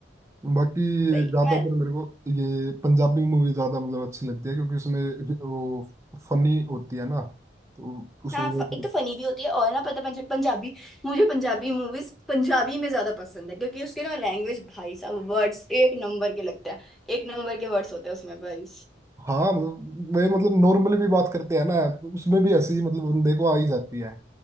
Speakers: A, on the right; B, in the centre.
A: बाकी
B: सही
A: ज्यादातर
B: है
A: मेरे को ये पंजाबी मूवी ज्यादा मतलब अच्छी लगती है क्योंकि उसमें वो फनी होती है ना तो उस
B: हाँ
A: वजह
B: फ-
A: से थोड़ी-
B: एक तो फनी भी होती है और ना पता पंजा, पंजाबी मुझे पंजाबी मूवीज पंजाबी में ज्यादा पसंद है क्योंकि उसके ना लैंग्वेज भाई साहब वर्ड्स एक नंबर के लगते हैं एक नंबर के वर्ड्स होते हैं उसमें भाई
A: हाँ वे मतलब नॉर्मली भी बात करते हैं ना उसमें भी हंसी मतलब बंदे को आ ही जाती है